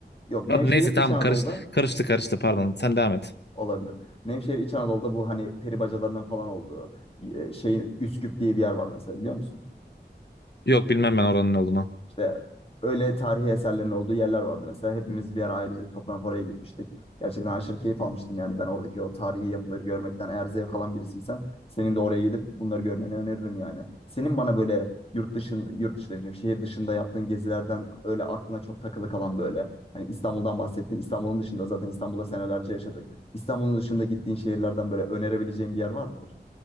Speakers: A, on the left (about 35°); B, on the left (about 70°).
A: Yok Nevşehir
B: Hadi neyse
A: İç
B: tamam
A: Anadolu'da
B: karış, karıştı karıştı pardon sen devam et.
A: olabilir. Nevşehir İç Anadolu'da bu hani peri bacalarının falan olduğu e, şey Üsküp diye bir yer var mesela biliyor musun?
B: Yok bilmem ben oranın ne olduğunu.
A: İşte öyle tarihi eserlerin olduğu yerler vardı. Mesela hepimiz bir ara ailecek toplanıp oraya gitmiştik. Gerçekten aşırı keyif almıştım yani ben oradaki o tarihi yapıları görmekten eğer zevk alan birisiysen senin de oraya gidip bunları görmeni öneririm yani. Senin bana böyle yurt dışında, yurt dışı demişim, şehir dışında yaptığın gezilerden öyle aklına çok takılı kalan böyle. Hani İstanbul'dan bahsettin. İstanbul'un dışında zaten İstanbul'da senelerce yaşadık. İstanbul'un dışında gittiğin şehirlerden böyle önerebileceğin bir yer var mıdır?